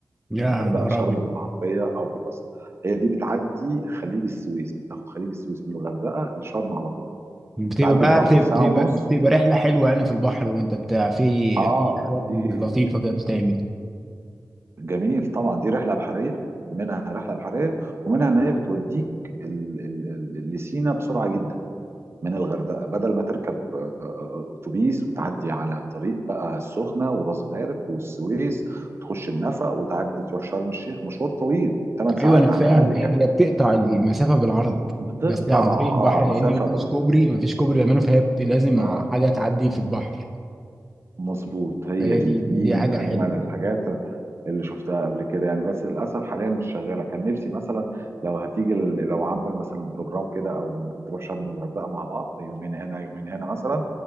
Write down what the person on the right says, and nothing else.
من الغردقة
لشرم
بالعربية أو بالباص هي دي بتعدي خليج السويس بتاخد خليج السويس من الغردقة لشرم على طول
تعدي
البحر
في
ساعة ونص
اه
دي
جميل طبعا دي رحله بحريه منها رحله بحريه ومنها ان هي بتوديك ال- ال- ال- لسينا بسرعه جدا من الغردقه بدل ما تركب آه، آه، اتوبيس وتعدي على طريق بقى السخنه وراس غارب والسويس وتخش النفق وتعدي تروح شرم الشيخ مشوار طويل 8 ساعات
على
الاقل
يعني
بتقطع
اه
مسافه
بلا
آه،
مظبوط هي
دي
دي
من
اجمل
الحاجات اللي شفتها قبل كده يعني بس للاسف حاليا مش شغاله كان نفسي مثلا لو هتيجي ال- لو عامل مثلا بروجرام كده او انك تروح شرم والغردقه مع بعض يومين هنا يومين هنا مثلا